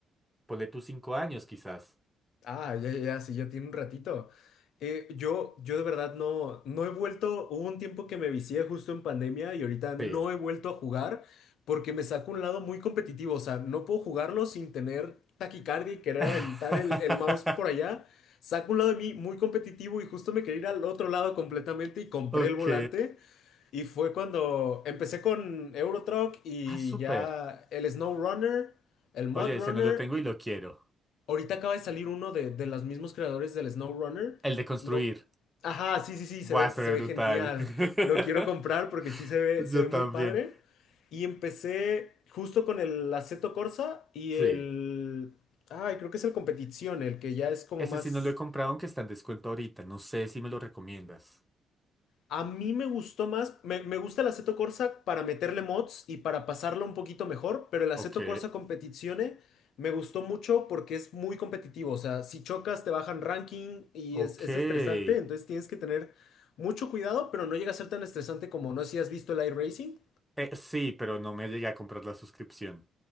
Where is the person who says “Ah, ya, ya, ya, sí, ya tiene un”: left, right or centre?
Left